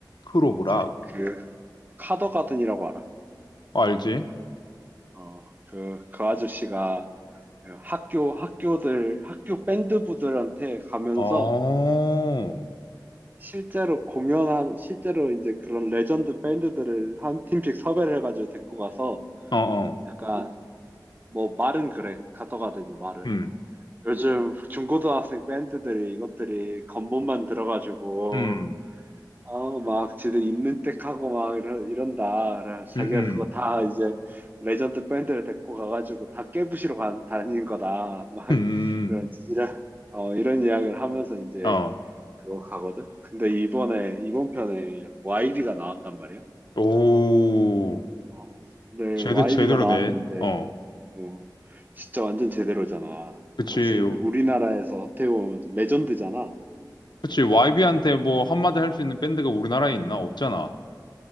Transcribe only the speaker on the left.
크로브락.
어, 알지?
어, 어,
어.
음,
음,
음,
음, 음,
어.
오.
제대,
제대로
돼. 어.
그치.
그치. YB한테 뭐 한마디 할 수 있는 밴드가 우리나라에 있나? 없잖아.